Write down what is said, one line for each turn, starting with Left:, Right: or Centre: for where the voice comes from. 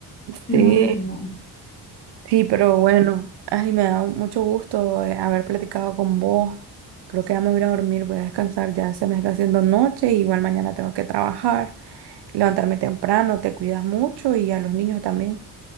Left: No,
Right: Sí,
Left: no, no.
Right: sí, pero bueno, ay, me da mucho gusto eh, haber platicado con vos. Creo que ya me voy a ir a dormir, voy a descansar, ya se me está haciendo noche, igual mañana tengo que trabajar, levantarme temprano, te cuidas mucho y a los niños también.